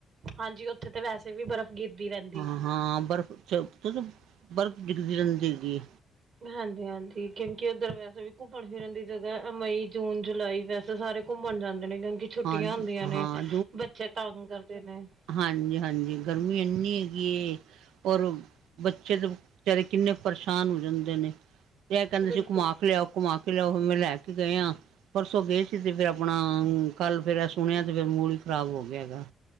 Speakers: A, on the right; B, on the right.
A: ਹਾਂਜੀ ਉੱਥੇ ਤੇ ਵੈਸੇ ਵੀ ਬਰਫ਼ ਗਿਰਦੀ ਰਿੰਦ
B: ਹਾਂ ਹਾਂ ਬਰਫ਼ ਕੁਛ ਬਰਫ਼ ਡਿੱਗਦੀ ਰਹਿੰਦੀ ਹੈਗੀ ਏ
A: ਹਾਂਜੀ ਹਾਂਜੀ ਕਿਉਂਕਿ ਉੱਧਰ ਵੈਸੇ ਵੀ ਘੁੰਮਣ ਫਿਰਨ ਦੀ ਜਗ੍ਹਾ ਮਈ ਜੂਨ ਜੁਲਾਈ ਵੈਸ ਸਾਰੇ ਘੁੰਮਣ ਜਾਂਦੇ ਨੇ ਕਿਉਂਕਿ ਛੁੱਟੀਆਂ
B: ਹਾਂ
A: ਹੁੰਦੀਆਂ ਨੇ
B: ਹਾਂ
A: ਬੱਚੇ ਤੰਗ ਕਰਦੇ ਨੇ
B: ਹਾਂਜੀ ਹਾਂਜੀ ਗਰਮੀ ਇੰਨੀ ਹੈਗੀ ਔਰ ਬੱਚੇ ਦੇ ਬਚਾਰੇ ਕਿੰਨੇ ਪਰੇਸ਼ਾਨ ਹੋ ਜਾਂਦੇ ਇੰਨੇ ਤੇ ਇਹ ਕਹਿੰਦੇ
A: ਬਿਲਕੁਲ
B: ਸੀ ਘੁਮਾ ਕੇ ਲਿਆਓ ਘੁਮਾ ਕੇ ਲਿਆਓ ਮੈਂ ਲੈ ਕੇ ਗਏ ਹਾਂ ਪਰਸੋਂ ਗਏ ਸੀ ਤੇ ਫਿਰ ਆਪਣਾ ਕੱਲ ਫਿਰ ਸੁਣਿਆ ਤੇ ਮੂਲ ਖਰਾਬ ਹੋ ਗਿਆ ਹੈਗਾ